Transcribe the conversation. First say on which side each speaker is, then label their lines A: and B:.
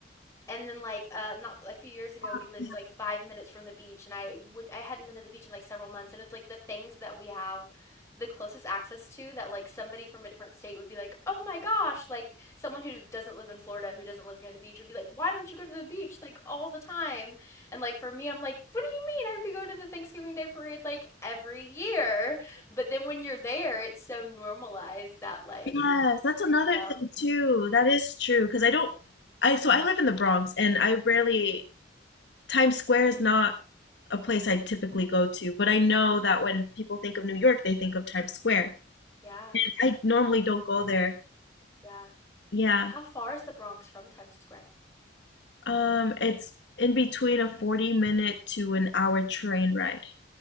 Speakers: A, on the left (about 15°); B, on the left (about 65°).
A: And then, like, uh, not a few years ago, we
B: <laughs>
A: lived like five minutes from the beach, and I would I hadn't been to the beach in like several months, and it's like the things that we have the closest access to that like somebody from a different state would be like, oh my gosh, like someone who doesn't live in Florida, who doesn't live near the beach, would be like, why don't you go to the beach like all the time? And like for me, I'm like, what do you mean? I'd be going to the Thanksgiving Day parade like every year. But then when you're there, it's so normalized that like,
B: Yes, that's another
A: you know,
B: thing too. That is true because I don't
A: Mhm.
B: I so I live in the Bronx and I rarely Times Square is not a place I typically go to, but I know that when people think of New York, they think of Times Square.
A: yeah,
B: And I normally don't go there.
A: yeah.
B: Yeah.
A: How far is the Bronx from Times Square?
B: Um it's in between a 40 minute to an hour train ride.